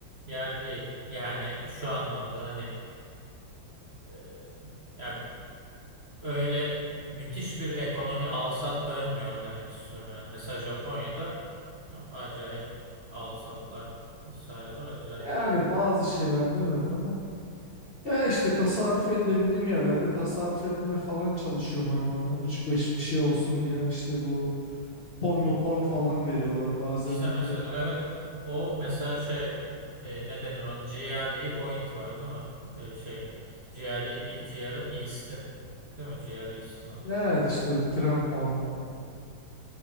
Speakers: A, on the right; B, on the left.
A: yer değil. Yani şu anlamda hani Ee, yani öyle müthiş bir ekonomi alsat dönmüyor onu demek istiyorum yani. Mesela Japonya'da ya acayip alsatlar vesaireler acayip
B: Yani
A: yani.
B: bazı şeylerde evet ama ya işte tasarruf edebildiğim yerlerde tasarruf etmeye falan çalışıyorum hani oradan üç beş bir şey olsun diye yani işte bu kupon mupon
A: Öyle.
B: falan veriyorlar bazen
A: İşte
B: hani
A: mesela evet o mesela şey e, ne denir onun GRE point var değil mi? E, şeyin GRE, GRE East'in değil mi? GRE East'in o.
B: ya işte tren puanı
A: Hı hı.